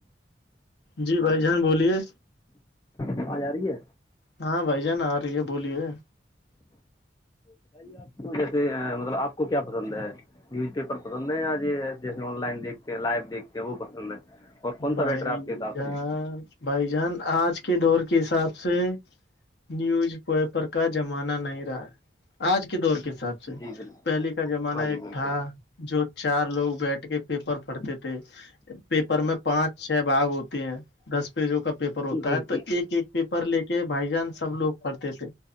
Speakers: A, on the left; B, on the left.
A: جی بھائی جان بولیے
B: آ ج آ رہی ہے
A: ہاں بھائی جان آ رہی ہے بولیے
B: بتائیے آپ کو جیسے مطلب آپ کو کیا پسند ہے نیوز پیپر پسند ہے یا جیسے آن لائن دیکھتے لائو دیکھتے وہ پسند ہے اور کون
A: بھائی
B: سا بیٹر ہے آپ کے حساب
A: جان
B: سے
A: بھائی جان آج کے دور کے حساب سے نیوز پیپر کا زمانہ نہیں رہا ہے آج کے دور کے حساب سے
B: جی بالکل
A: پہلے کا زمانہ
B: ہاں جی
A: ایک
B: بالکل
A: تھا جو چار لوگ بیٹھ کے پیپر پڑتے تھے پیپر میں پانچ چھ باگ ہوتے ہیں دس پیجوں کا پیپر ہوتا
B: جی
A: ہے تو
B: جی
A: ایک پیپر لے کے بھائی جان سب لوگ پڑھتے تھے